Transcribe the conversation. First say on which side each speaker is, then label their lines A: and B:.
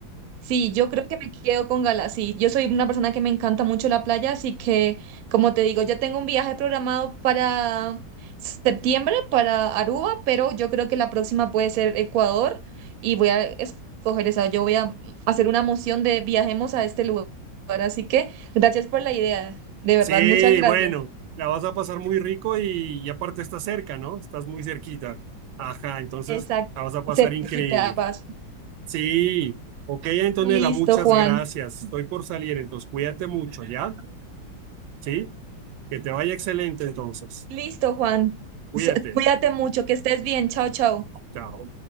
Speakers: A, on the right; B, on the right.
A: Sí, yo creo que me quedo con Gala. Sí, yo soy una persona que me encanta mucho la playa, así que, como te digo, ya tengo un viaje programado para septiembre, para Aruba, pero yo creo que la próxima puede ser Ecuador y voy a escoger esa. Yo voy a hacer una moción de viajemos a este lugar. Así que, gracias por la idea. De
B: Sí,
A: verdad, muchas gracias.
B: bueno, la vas a pasar muy rico y, y aparte estás cerca, ¿no? Estás muy cerquita. Ajá, entonces
A: Exacto.
B: la vas a pasar
A: Cerquita,
B: increíble.
A: paso.
B: Sí, ok, Antonella,
A: Listo,
B: muchas
A: Juan.
B: gracias. Estoy por salir, entonces cuídate mucho, ¿ya? Sí, que te vaya excelente entonces.
A: Listo, Juan.
B: Cuídate.
A: S- Cuídate mucho, que estés bien. Chao, chao.
B: Chao.